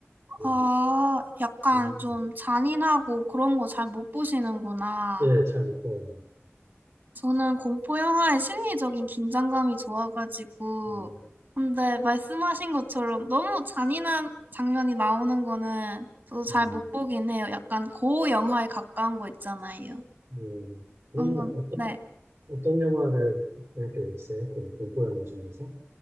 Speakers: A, on the right; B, on the right.
A: 뭐,
B: 아, 약간
A: 음,
B: 좀 잔인하고 그런 거 잘 못 보시는구나.
A: 예, 잘 있더라고요.
B: 저는 공포 영화의 심리적인 긴장감이 좋아가지고,
A: 그냥,
B: 근데 말씀하신 것처럼 너무 잔인한 장면이 나오는 거는 저도 잘
A: 예.
B: 못 보긴 해요. 약간 고어 영화에 가까운 거 있잖아요.
A: 음, 그리
B: 그런 건,
A: 어떤,
B: 네.
A: 어떤 영화를 이렇게 보셨어요? 그 공포 영화 중에서?